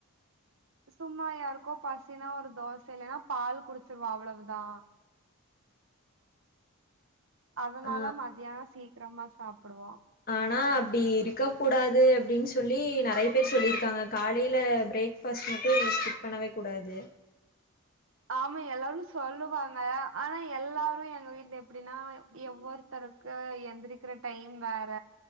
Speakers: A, on the right; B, on the left.
A: சும்மா யாருக்கோ பசினா ஒரு தோச இல்லன்னா பால் குடிச்சிருவோன் அவ்ளோ தா அதனால
B: ஆ
A: மத்தியானம் சீக் கிரமா சாப்புடுவோம்
B: ஆனா அப்டி இருக்கக்கூடாது அப்டின் சொல்லி நெறைய பேர் சொல்லியிருக்காங்க காலையில பிரேக்பஸ்ட் மட்டும் ஸ்கிப் பண்ணவே கூடாது
A: ஆமா எல்லாரும் சொல்லுவாங்க ஆனா எல்லாரும் எங்க வீட்ல எப்டின்னா எவ்வொருத்தரு க்கு எந்திரிக்கிற டைம் வேற